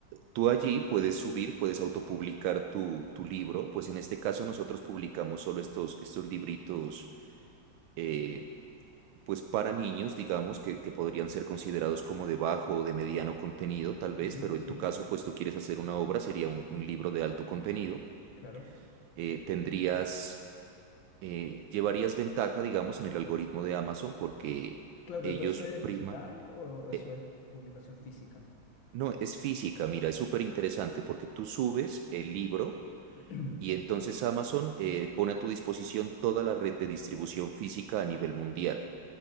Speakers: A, on the right; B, on the left.
A: tú allí puedes subir, puedes autopublicar tu, tu libro, pues en este caso nosotros publicamos solo estos, estos libritos, eh, pues para niños, digamos, que, que podrían ser considerados como de bajo o de mediano contenido, tal vez,
B: Ujú,
A: pero en
B: sí,
A: tu caso, pues tú quieres hacer una obra, sería un un libro de alto contenido.
B: claro.
A: eh, tendrías, eh, llevarías ventaja, digamos, en el algoritmo de Amazon porque
B: Claro, pero
A: ellos
B: ¿todo eso es
A: priman.
B: digital o eso
A: eh,
B: es publicación física?
A: no, es física, mira, es súper interesante porque tú subes el libro
B: <clears throat> Ujú,
A: y entonces Amazon eh, pone a tu disposición toda la red de distribución física a nivel mundial,